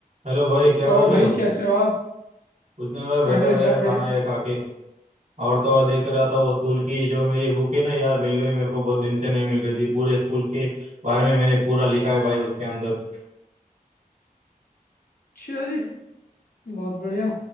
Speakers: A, on the right (about 50°); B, on the left (about 75°).
A: Hello भाई क्या
B: और
A: कर रहे
B: भाई
A: हो
B: कैसे हो आप
A: कुछ नहीं भाई बैठा
B: अरे
A: था
B: मैं
A: यार
B: बड़ी
A: खाना ये खा के और तो और देख रहा था वो स्कूल की जो मेरी बुक है ना यार मिल गई मेरे को बहुत दिन से नहीं मिल रही थी पूरे स्कूल के बारे में मैंने पूरा लिखा है भाई उसके अंदर
B: अच्छी हो जी बहुत बढ़िया